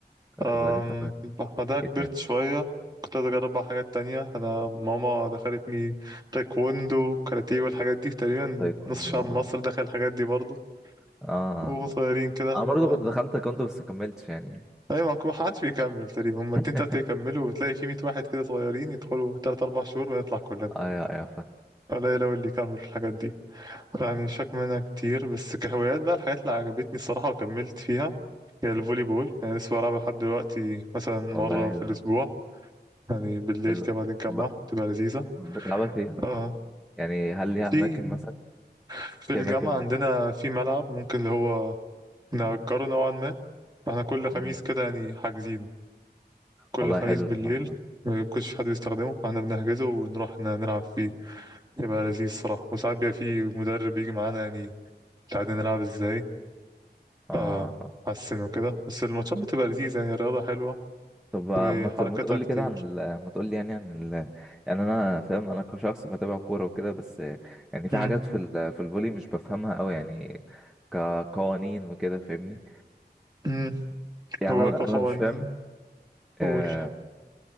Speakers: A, on the right; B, in the centre.
A: آم،
B: ظريف أوي
A: بعدها كبرت
B: ايه تاني
A: شويه كنت عايز اجرب بقى حاجات تانية انا ماما دخلتني تايكوندو كاراتيه والحاجات دي تقريبا
B: تايكوندو
A: نص شعب
B: اه
A: مصر دخل الحاجات دي برضو
B: اه
A: وهم صغيرين
B: آه.
A: كده اللي
B: انا برضو
A: هو
B: كنت دخلت تايكوندو بس ما كملتش يعني
A: ايوه ما كو- حدش بيكمل تقريبا هما
B: <laughs>
A: اتنين تلاتة يكملوا وبتلاقي في مية واحد كده صغيرين يدخلوا تلات أربع شهور ونطلع كلنا
B: ايوه ايوه فاهم
A: قليل أوي اللي يكمل في الحاجات دي يعني شاك منها كتير بس كهوايات بقى الحاجات اللي عجبتني الصراحة وكملت فيها هي الفولي بول يعني لسه بلعبها لحد دلوقتي مثلا مرة
B: والله حلو
A: في الأسبوع يعني بالليل
B: حلو
A: كده بعد الجامعة
B: ب...
A: بتبقى لذيذة
B: بتلعبها فين
A: آه
B: يعني هل ليها
A: في
B: اماكن مثلا
A: في
B: في
A: الجامعة
B: اماكن
A: عندنا في ملعب ممكن اللي هو نأجره نوعا ما احنا كل خميس
B: مم.
A: كده يعني حاجزين كل
B: والله
A: خميس
B: حلو
A: بالليل
B: الحوار ده.
A: ما بيكونش في حد بيستخدمه فاحنا بنحجزه ونروح ن- نلعب فيه يبقى لذيذ الصراحة وساعات بيبقى فيه مدرب يجي معانا يعني يساعدنا نلعب ازاي
B: اه
A: آم،
B: اه فاهم
A: حسن وكده بس الماتشات بتبقى لذيذة يعني الرياضة حلوة
B: طب آه،
A: وحركتها
B: ما ت... ما تقول لي
A: كتير
B: كده عن ال... ما تقول لي يعني عن ال... يعني انا فاهم انا كشخص بتابع كوره وكده بس آه، يعني في
A: مم.
B: حاجات في ال... في الفولي مش بفهمها قوي يعني كقوانين وكده فاهمني
A: مم.
B: يعني
A: هو
B: انا
A: كقوانين
B: انا مش فاهم آه...
A: قول